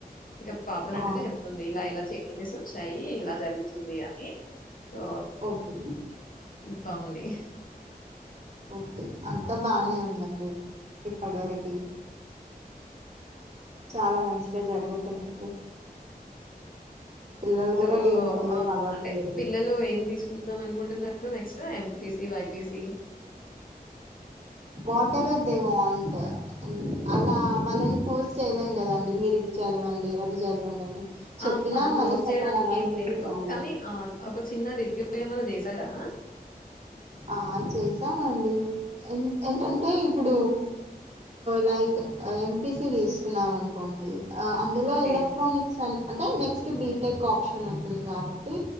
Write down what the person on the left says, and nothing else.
ఇంకా పాపనడిగితే
చెప్తుంది ఇలా ఇలా చె పిరియడ్స్ వచ్చాయి ఇలా జరుగుతుంది అని సో
ఇంకా ఉంది.
సో
ఆ
అంటే పిల్లలు ఏం తీసుకు వద్దాం అనుకుంటున్నట్టు next MPC BiPC
ఆ మనం
కోర్స్
చేయడానికి
ఏం లేదు
కానీ ఆ ఒక చిన్న రివ్యూ ఏమైనా చేస్త రా
ఓకే.